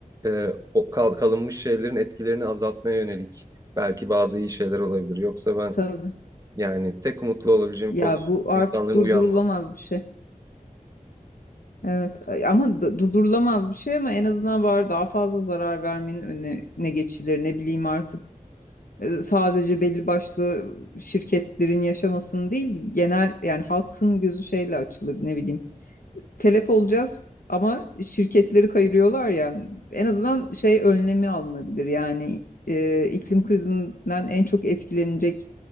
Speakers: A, on the right; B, on the left.
A: e, o kal- kalınmış şeylerin etkilerini azaltmaya yönelik belki bazı iyi şeyler olabilir. Yoksa ben
B: tabii.
A: yani tek umutlu olabileceğim
B: Ya
A: konu
B: bu artık
A: insanların
B: durdurulamaz
A: uyanması.
B: bir şey. Evet ama d- durdurulamaz bir şey ama en azından var daha fazla zarar vermenin önüne ne geçilir ne bileyim artık. Ee, Sadece belli başlı şirketlerin yaşamasını değil genel yani halkın gözü şeyle açılır ne bileyim. telef olacağız ama şirketleri kayırıyorlar ya. En azından şey önlemi alınabilir. Yani e, iklim krizinden en çok etkilenecek